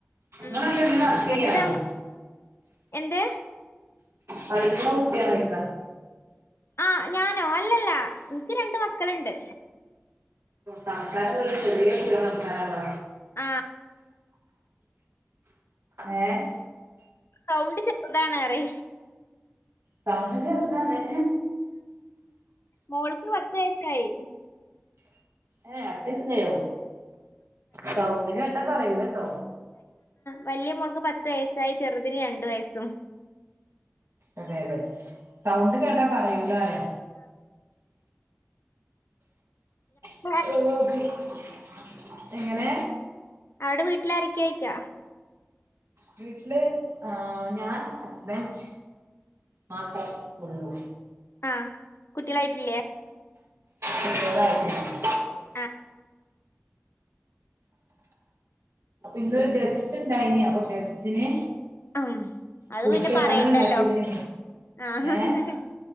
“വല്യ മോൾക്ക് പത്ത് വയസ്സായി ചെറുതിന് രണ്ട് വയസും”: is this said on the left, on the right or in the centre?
Left